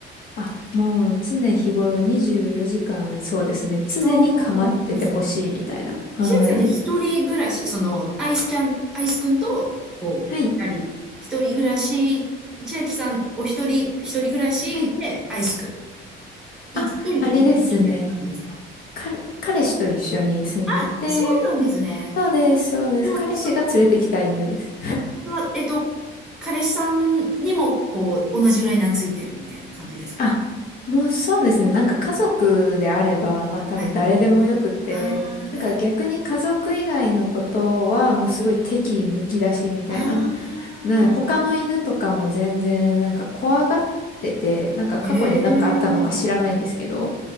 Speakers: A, on the left (about 45°); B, in the centre.
A: あ、もう常日頃24時間、そうですね。常に構っててほしいみたいな。
B: そうなんですね。千秋さんって一人暮らし、
A: はい。
B: その、アイスちゃん、アイスくんと、こう、
A: はい。
B: 二人、一人暮らし、千秋さんお一人、一人暮らしで、
A: はい。
B: アイスくん。一一人と一匹みたいな感じですか
A: あ、あれですね。彼、彼氏と一緒に住んでて、
B: あ、そうなんですね。
A: そうです、そうです。
B: では、
A: 彼氏が連れてきた犬です。
B: その、では、えっと、彼氏さんにも、こう、同じぐらい懐いてるみたいな感じですかね。
A: あ、もうそうですね。なんか家族であれば、まあ多分誰でもよくて、
B: はい。ああ、
A: なんか逆に家族以外のことはもうすごい敵意むき出しみたいな。
B: 誰、ああ、
A: なんで他の犬とかも全然なんか怖がってて、なんか過去になんかあったのか知らないんですけど、
B: へえ、